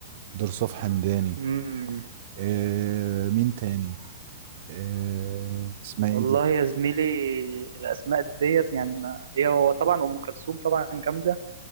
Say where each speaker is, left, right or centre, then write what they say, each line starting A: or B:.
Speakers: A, on the right (about 40°); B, on the right (about 90°).
A: درصوف حمداني
B: مم.
A: آه مين تاني آه اسمها
B: والله
A: ايه دي
B: يا زميلي الاسماء ديت يعني ما هي هو طبعا ام كلثوم طبعا جامده